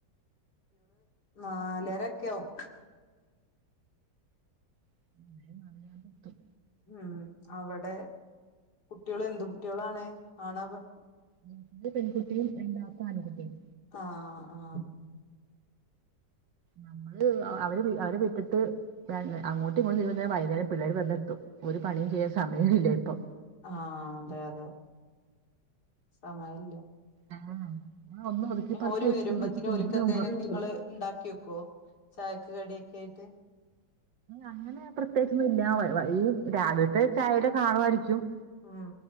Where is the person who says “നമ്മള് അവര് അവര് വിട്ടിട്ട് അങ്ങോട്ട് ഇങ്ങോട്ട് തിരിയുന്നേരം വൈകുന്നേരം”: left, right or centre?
Right